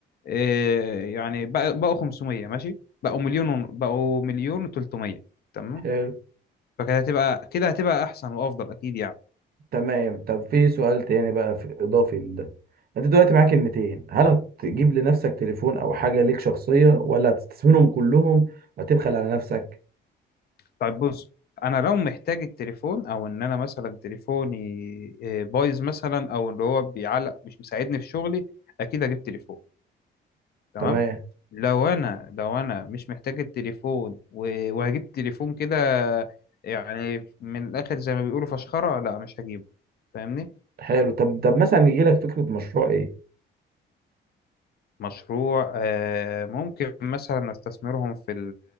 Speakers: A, on the left (about 55°); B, on the right (about 50°).
A: إيه يعني بقى- بقوا 500 ماشي بقوا مليون ون- بقوا مليون و300 تمام
B: حلو
A: فكده هتبقى كده هتبقى احسن وافضل اكيد يعني
B: تمام طب في سؤال تاني بقى في اضافي لده انت دلوقتي معاك كلمتين هل هتجيب لنفسك تليفون او حاجة ليك شخصية ولا هتستثمرهم كلهم وتبخل على نفسك
A: طيب بص انا لو محتاج التليفون او ان انا مثلا تليفوني إيه، بايظ مثلا او اللي هو بيعلق مش مساعدني في شغلي اكيد اجيب تليفون تمام
B: تمام
A: لو انا لو انا مش محتاج التليفون و- وهجيب تليفون كده يعني من الاخر زي ما بيقولوا فشخره لا مش هجيبه فاهمني
B: حلو طب طب مثلا يجي لك فكرة مشروع ايه
A: مشروع آه، ممكن مثلا استثمرهم في